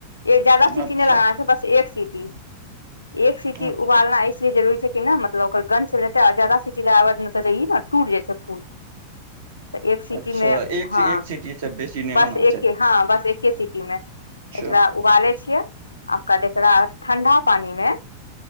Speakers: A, on the left; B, on the right.
A: एक ज्यादा सीटी
B: अच्छा
A: नहि लगाबै छीयै बस एक सीटी एक सीटी
B: अच्छा
A: उबालना इसलि जरुरी छैय कि ने मतलब ओकर गंध चलि जेतै आर ज्यादा सीटी लगबऽ ई न टूट जाइ छैय फूल तऽ एक सिटी
B: अच्छा
A: मे
B: एक से
A: हँ
B: एक सीटी से बेसी नहि
A: बस
B: होना
A: एक
B: चाही
A: हँ बस एके सिटी में
B: अच्छा
A: एकरा उबाले छियै आकराद एकरा ठंडा पानी मे